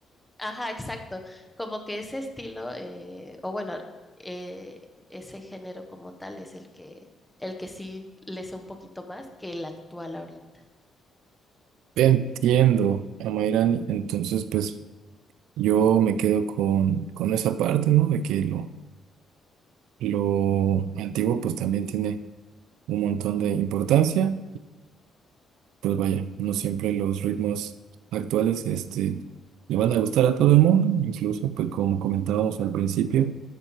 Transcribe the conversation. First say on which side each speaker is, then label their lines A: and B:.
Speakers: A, in the centre; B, on the right.
A: ajá, exacto, como que ese estilo, eh, o bueno, eh, ese género como tal es el que, el que sí le sé un poquito más que el actual ahorita.
B: entiendo a Mayrani, entonces pues yo me quedo con, con esa parte, ¿no? De que lo, lo antiguo pues también tiene un montón de importancia pues vaya, no siempre los ritmos actuales este, le van a gustar a todo el mundo, incluso pues como comentábamos al principio,